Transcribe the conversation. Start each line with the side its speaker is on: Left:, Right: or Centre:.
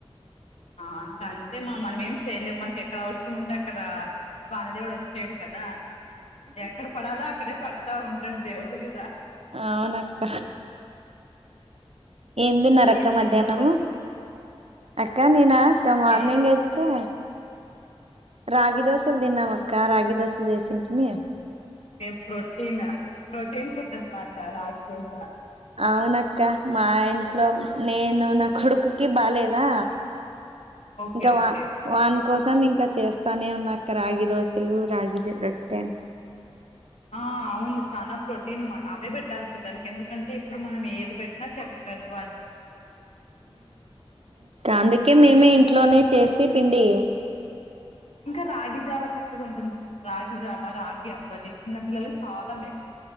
Left: ఆ ఇంకా అంతే మా మనం ఏం చేయలేం మనకి ఎక్కడ అవసరం ఉంటే అక్కడ వాణదేవుడు వచ్చేయడు కదా ఎక్కడ పడాలో అక్కడే పడ తా ఉంటడు దేవుడు కూడా
Right: అవునక్క ఏం తిన్నారాక్క
Left: ఏం
Right: మధ్యాహ్నము
Left: చేసావు పొద్దున్న
Right: అక్క నేనా ఇంకా మార్నింగ్
Left: మే
Right: అయితే రాగి దోశలు తిన్నాం అక్క రాగి దోశలు చేసింటిమి
Left: ఓకే ప్రోటీన్ ప్రోటీన్ ఫుడ్ అనమాట రాగి దోస
Right: అవునక్క మా ఇంట్లో నేను నా కొడుకుకి బాలేదా
Left: ఓకే
Right: ఇంకా
Left: ఓకే
Right: వా వాన్ కోసం ఇంకా చేస్తానే ఉన్నాక్క రాగి దోశలు రాగి జ రొట్టె
Left: ఆ అవును చల ప్రోటీన్ అవే పెట్టాలి పిల్లలకి ఎందుకు అంటే ఇప్పుడు మనం ఏది పెట్టినా కెమికల్ అది ఇది ఉ
Right: అందుకే మేమే ఇంట్లోనే చేసి పిండి
Left: ఇంకా రాగి జావ చక్కగా ఉంటుంది రాగిజామ రాగి అంబలి చిన్న పిల్లలకు చాలా మేలు